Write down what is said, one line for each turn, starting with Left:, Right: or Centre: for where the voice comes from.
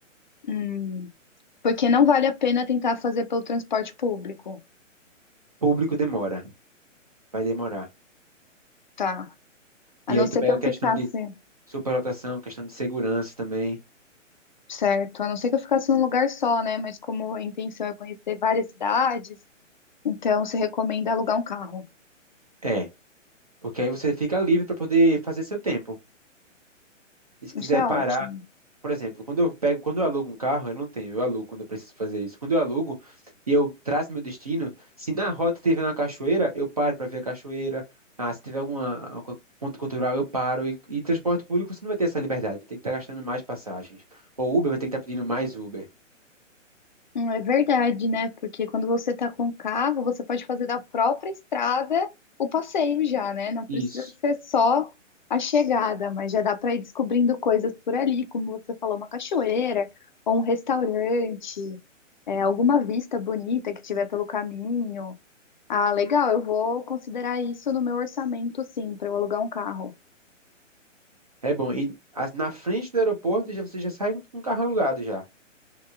Left: Hum. Porque não vale a pena tentar fazer pelo transporte público,
Right: Público demora. Vai demorar.
Left: tá? A
Right: E
Left: não
Right: aí tu
Left: ser
Right: pega
Left: que eu
Right: a questão
Left: ficasse,
Right: de superlotação, questão de segurança também.
Left: certo? A não ser que eu ficasse num lugar só, né? Mas como a intenção é conhecer várias cidades, então se recomenda alugar um carro.
Right: É, porque aí você fica livre para poder fazer seu tempo. E se
Left: Isso
Right: quiser
Left: é
Right: parar,
Left: ótimo.
Right: por exemplo, quando eu pego, quando eu alugo um carro, eu não tenho, eu alugo quando eu preciso fazer isso. Quando eu alugo e eu traço meu destino, se na rota tiver uma cachoeira, eu paro para ver a cachoeira. Ah, se tiver alguma algum ponto cultural, eu paro. E, e transporte público, você não vai ter essa liberdade, vai ter que estar gastando mais passagens. Ou Uber vai ter que estar pedindo mais Uber.
Left: Hum, É verdade, né? Porque quando você tá com o carro, você pode fazer da própria estrada o passeio já, né? Não precisa
Right: Isso.
Left: ser só a chegada, mas já dá para ir descobrindo coisas por ali, como você falou, uma cachoeira ou um restaurante, é, alguma vista bonita que tiver pelo caminho. Ah, legal, eu vou considerar isso no meu orçamento, sim, para eu alugar um carro.
Right: É bom. E as- na frente do aeroporto já, você já sai com o carro alugado já.